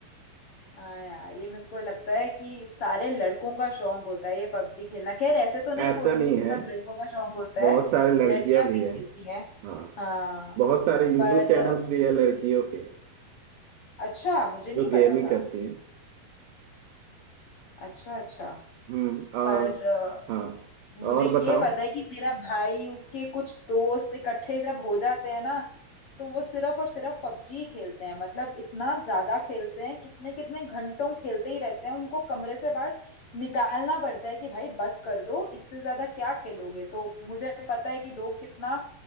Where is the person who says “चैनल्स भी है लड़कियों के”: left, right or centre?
Right